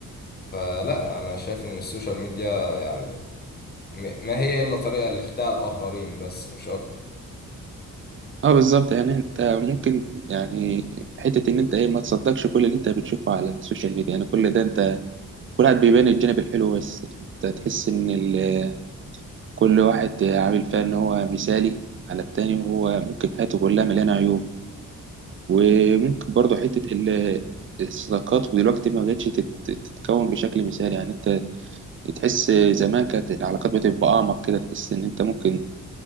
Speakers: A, on the left (about 30°); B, on the right (about 40°).
A: فلا أنا شايف إن السوشيال ميديا يعني م- ما هي إلا طريقة لإخداع الآخرين بس مش أكتر
B: اه بالظبط يعني انت ممكن يعني حته ان انت ايه ما تصدقش كل اللي انت بتشوفه على السوشيال ميديا يعني كل ده انت كل واحد بيبان الجانب الحلو بس انت تحس ان ال كل واحد عامل فيها ان هو مثالي على التاني وهو ممكن حياته كلها مليانه عيوب وممكن برضه حته ال- الصداقات ودلوقتي ما بقتش تت- تتكون بشكل مثالي يعني انت تحس زمان كانت العلاقات بتبقى اعمق كده تحس ان انت ممكن